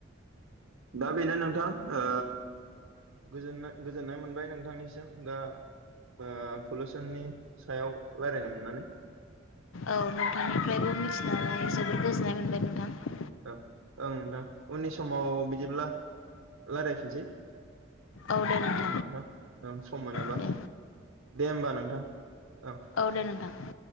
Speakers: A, on the right (about 80°); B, on the left (about 75°).
A: दा बेनो नोंथां ओ। गोजोननाय मोनबाय नोंथांनिसिम दा ओ पलिुसननि सायाव रायज्लायनो मोननानै।
B: औ नोंथांनिफ्रायबो मिथिनानै जोबोद गोजोननाय मोनबाय नोंथां।
A: औ ओं दा उननि समाव बिदिब्ला रायज्लायफिनसै।
B: औ दे नोंथां।
A: नोंथां ओं सम मोनोबा।
B: दे
A: दे होमबा नोंथां औ।
B: औ दे नोंथां।